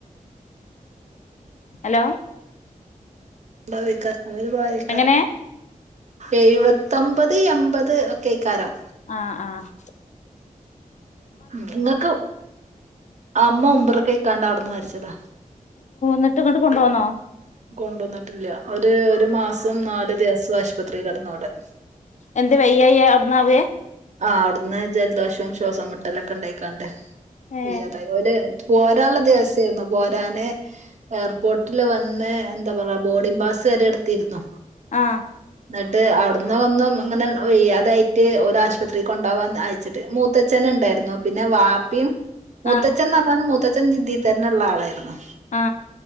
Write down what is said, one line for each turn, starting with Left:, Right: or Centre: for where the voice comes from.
Left: ഹലോ
Right: ഉണ്ടാവേക്കാ അവര് പോയേക്ക
Left: എങ്ങനെ
Right: എഴുപത്തൊമ്പത് എമ്പത് ഒക്കെയ്ക്കാരം.
Left: ആഹ് ആഹ്
Right: നിങ്ങക്ക് അമ്മ ഉംറക്ക് പോയ്‌ക്കാണ്ട് അവിടുന്ന് മരിച്ചതാ
Left: ന്ന്ട്ട് ഇങ്ങോട്ട് കൊണ്ടോന്നോ
Right: കൊണ്ടോന്നിട്ടില്ല ഒരു ഒരു മാസം നാല്ദിവസം ആശുപത്രി കിടന്നു അവിടെ
Left: എന്ത് വയ്യായി അവിടന്നാവേ
Right: ആഹ് അവിടുന്ന് ജലദോഷവും ശ്വാസം മുട്ടലൊക്കെ ഉണ്ടായിക്കാണ്ട്
Left: ഏ
Right: വേയ്യാതായി ഓല് പോരാനുള്ള ദിവസെന്നു പോരാന് എയർപോർട്ടിൽ വന്ന് എന്താ പറയാ ബോഡിം പാസ് വരെ എടുത്തിരുന്നു
Left: ആഹ്
Right: എന്നിട്ട് അവിടന്ന ഒന്നും അങ്ങനെ വെയ്യാതായിട്ട് ഒൽ ആശു പത്രിക്ക് കൊണ്ടാവാൻ അയച്ചിട്ട് മൂത്തച്ഛന് ഉണ്ടായിരുന്നു പിന്നെ വാപ്പിയും മൂത്തച്ചൻ
Left: ആ
Right: പറഞ്ഞാൽ മൂത്ത <unintelligible> തന്നെള്ള ആളായിരുന്നോ
Left: ആ